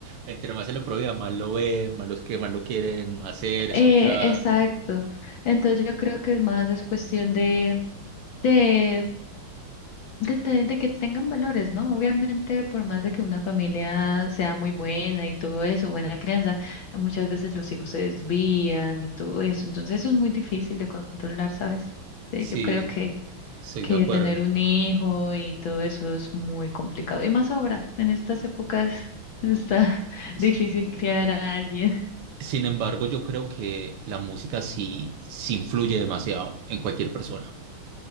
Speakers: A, on the right; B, on the left.
A: Entre más se lo prohíba, más lo ven, más los que más lo quieren hacer, escuchar.
B: Eh, exacto. Entonces yo creo que es más es cuestión de, de De, te- de que tengan valores, ¿no? Obviamente, por más de que una familia sea muy buena y todo eso, buena crianza, muchas veces los hijos se desvían y todo eso. Entonces, eso es muy difícil de controlar, ¿sabes? Eh,
A: Sí,
B: Yo creo que,
A: estoy
B: que
A: de acuerdo.
B: tener un hijo y todo eso es muy complicado. Y más ahora, en estas épocas, <laughs> está
A: S-
B: difícil criar a alguien.
A: Sin embargo, yo creo que la música sí, sí influye demasiado en cualquier persona.